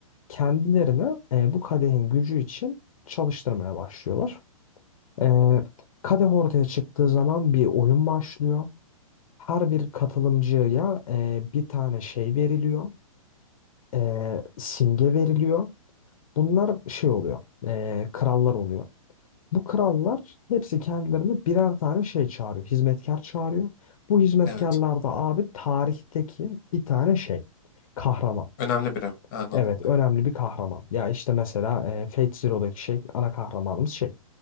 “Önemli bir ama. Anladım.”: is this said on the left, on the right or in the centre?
Left